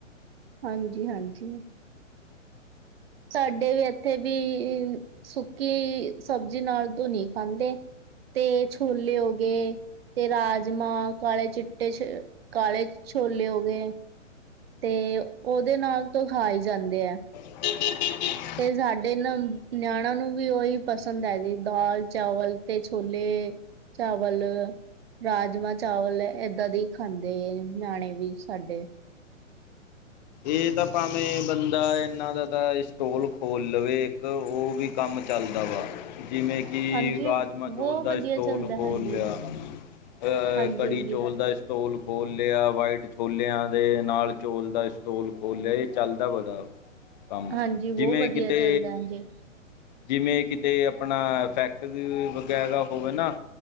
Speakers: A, on the right; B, on the left.
A: ਹਾਂਜੀ ਹਾਂਜੀ ਸਾਡੇ ਵੀ ਇੱਥੇ ਵੀ ਸੁੱਕੀ ਸਬਜ਼ੀ ਨਾਲ ਧੂੰਨੀ ਖਾਂਦੇ ਤੇ ਛੋਲੇ ਹੋ ਗਏ ਤੇ ਰਾਜਮਾਂ ਕਾਲੇ ਚਿੱਟੇ ਛ ਕਾਲੇ ਛੋਲੇ ਹੋ ਗਏ ਤੇ ਉਹਦੇ ਨਾਲ ਤੋਹਾ ਜਾਂਦੇ ਹੈ
B: <inaudible>
A: ਤੇ ਸਾਡੇ ਨਾ ਨਿਆਣ ਨੂੰ ਵੀ ਉਹੀ ਪਸੰਦ ਹੈ ਜੀ ਦਾਲ ਚਾਵਲ ਤੇ ਛੋਲੇ ਚਾਵਲ ਰਾਜਮਾਂ ਚਾਵਲ ਇਦਾਂ ਦੀ ਖਾਂਦੇ ਨਿਆਣੇ ਵੀ ਸਾਡੇ
B: ਇਹ ਤਾਂ ਭਾਵੇਂ ਬੰਦਾ ਇਨਾਂ ਦਾ ਤਾਂ ਸਟੋਲ ਖੋਲ ਲਵੇ ਇੱਕ ਉਹ ਵੀ ਕੰਮ ਚੱਲਦਾ ਵਾ ਜਿਵੇਂ ਕੀ
A: ਹਾਂਜੀ
B: ਰਾਜਮਾਂ
A: ਬਹੁਤ
B: ਚੌਲ ਦਾ
A: ਵਧੀਆ
B: ਸਟੋਲ
A: ਚੱਲਦਾ
B: ਖੋਲ
A: ਹਾਂਜੀ
B: ਲਿਆ ਅ
A: ਹਾਂਜੀ
B: ਕੜੀ
A: ਹਾਂਜੀ
B: ਚੌਲ ਦਾ ਟੋਲ ਖੋਲ੍ਹ ਲਿਆ ਵਾਈਟ ਛੋਲਿਆਂ ਦੇ ਨਾਲ ਚੋਲ ਦਾ ਟੋਲ ਖੋਲਿਆ ਇਹ ਚੱਲਦਾ ਬੜਾ ਕੰਮ
A: ਹਾਂਜੀ ਬਹੁਤ
B: ਜਿਵੇਂ
A: ਵਧੀਆ
B: ਕਿਤੇ
A: ਚੱਲਦਾ ਹਾਂਜੀ
B: ਜਿਵੇਂ ਕਿਤੇ ਆਪਣਾ ਫੈਕਟਰੀ ਵਗੈਰਾ ਹੋਵੇ ਨਾ